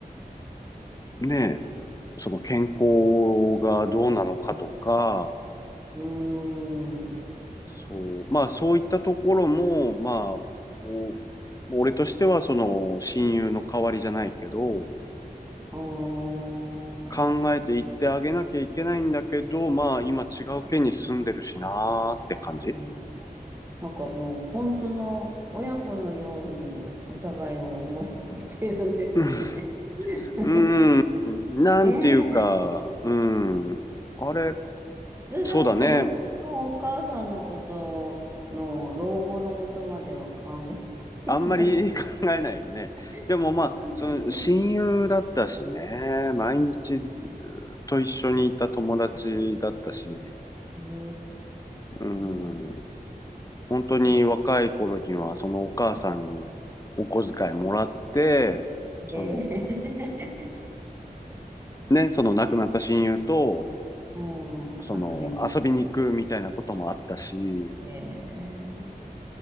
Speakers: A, on the left; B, on the right.
A: ねえ、その健康がどうなのかとか、
B: うーん。
A: そう、まあ、そういったところも、まあ、お、俺としては、その、親友の代わりじゃないけど、
B: あー
A: 考えていってあげなきゃいけないんだけど、まあ今違う県に住んでるしなーって感じ。
B: うん。なんかもう、本当の親子のようにお互いを思い合ってるんですね。
A: う
B: <laughs>
A: ん、うんなんていうか、
B: ね
A: うん、あれ、
B: 普通だって友達のお母さんのことの老後のことまでは考え
A: そうだね。あんまり
B: ないから。
A: <laughs> 考えないよね。
B: うん
A: でもまあ、その親友だったしね、毎日と一緒にいた友達だったし、
B: ね
A: うん、
B: え
A: 本当に若い頃にはそのお母さんにお小遣いもらって、
B: そっ
A: そ
B: で
A: の、ね、その亡くなった親友と
B: <laughs> もう遊びに来
A: その、遊びに行くみたいなこともあったし、
B: て、